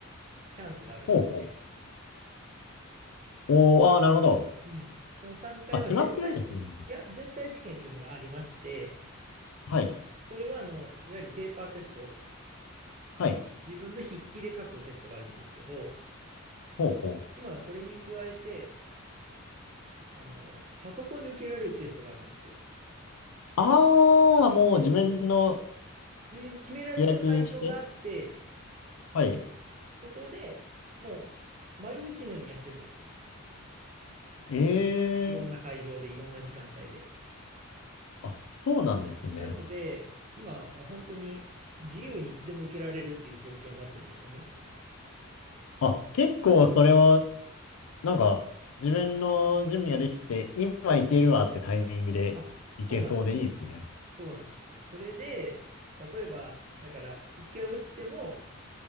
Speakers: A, on the right; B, on the left.
A: チャンスがあるんですね。
B: ほうほう。おー、あー、なるほど。
A: うん。その3回は全体、
B: あ、決まってるんですね。
A: いや、全体試験っていうのがありまして、
B: はい。
A: それは、あの、いわゆるペーパーテスト、
B: はい。
A: 自分の筆記で書くテストがあるんですけど、
B: ほうほう。
A: 今はそれに加えて、あの、パソコンで受けられるテストがあるんですよ。
B: ああ、もう自分の
A: でうん、決められた会場があって、
B: 予約して。はい。
A: そこでもう毎日のようにやってるんですよ。
B: ええー
A: いろんな会場で、いろんな時間帯で。
B: あ、そうなんですね。
A: なので、今は本当に自由にいつでも受けられるっていう状況になってるんですよね。
B: あ、結構それは、なんか、自分の準備ができて、
A: うん。
B: 今行けるわってタイミングで行けそうでいいですね。
A: あ、そうなんです。そうなんですよ。それで、例えば、だから、一回落ちても、